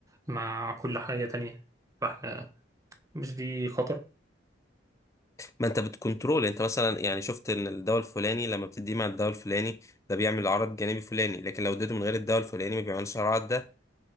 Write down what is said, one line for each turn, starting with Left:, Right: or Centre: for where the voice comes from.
Right: مع كل حاجه تانية فاحنا مش دي خطر
Left: ما انت بتكنترول انت مثلا يعني شفت ان الدواء الفلاني لما بتديه مع الدواء الفلاني ده بيعمل عرض جانبي فلاني لكن لو اديته من غير الدواء الفلاني ما بيعملش العرض ده